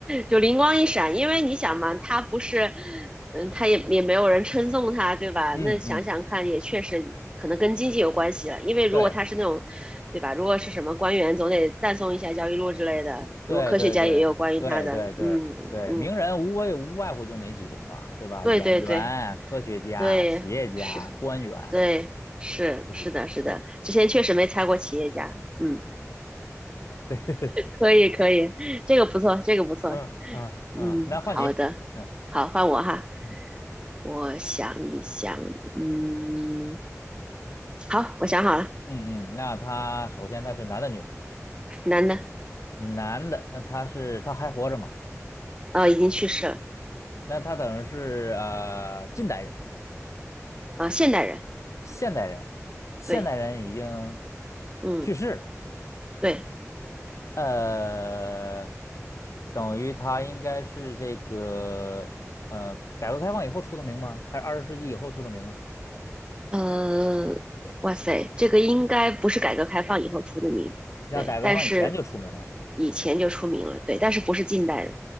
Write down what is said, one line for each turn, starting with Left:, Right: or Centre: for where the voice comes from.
Right: 就灵光一闪，因为你想嘛，他不是，嗯，他也也没有人称颂他，对吧？
Left: 嗯嗯，
Right: 那想想看，也确实可能跟经济有关系了，因为如果他是那种，
Left: 对。
Right: 对吧？如果是什么官员，总得赞颂一下焦裕禄之类的。
Left: 对对对对对对对，
Right: 如果科学家也有关于他的，嗯嗯，
Left: 名人无外无外乎就哪几种嘛，对吧？
Right: 对对对
Left: 演员、科学家、
Right: 对，
Left: 企业家、
Right: 是，
Left: 官员，
Right: 对是是的是的，
Left: 就这几种。对，
Right: 之前确实没猜过企业家，嗯，
Left: <laughs>
Right: 可以可以，这个不错，这个不错，
Left: 嗯嗯嗯，
Right: 嗯，
Left: 那换你，
Right: 好的，
Left: 嗯
Right: 好，换我哈。
Left: 嗯
Right: 我想一想，嗯，好，我想好了，
Left: 嗯嗯，那他首先他是男的女的？
Right: 男的，
Left: 男的，那他是他还活着吗？
Right: 呃，已经去世了，
Left: 那他等于是呃近代人、
Right: 呃，现代人，
Left: 现代人，现代人已经
Right: 对，嗯，
Left: 去世了。
Right: 对，
Left: 呃，等于他应该是这个呃，改革开放以后出的名吗？还是二十世纪以后出的名啊？
Right: 呃，哇塞，这个应该不是改革开放以后出的名，
Left: 那改革开放以前就出名了。
Right: 对，但是以前就出名了，对，但是不是近代的，